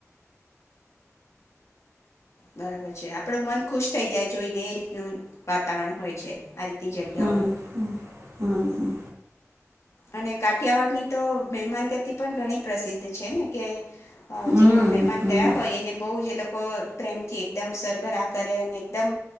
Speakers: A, on the left; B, on the right.
A: બરાબર છે આપડું મન ખુશ થઈ જાય જોઈને એ રીતનું વાતાવરણ હોય છે. આ રીતી જગ્યા
B: હમ
A: હોય.
B: હમ
A: અને કાઠિયાવાડ ની તો મહેમાન ગતિ પણ ઘણી પ્રસિદ્ધ છે ને કે
B: હમ
A: જે કોઈ મહેમાન
B: હમ
A: ગયા હોય એને બહ જે લોકો પ્રેમથી એકમ સરભરા કરે અને એકદમ,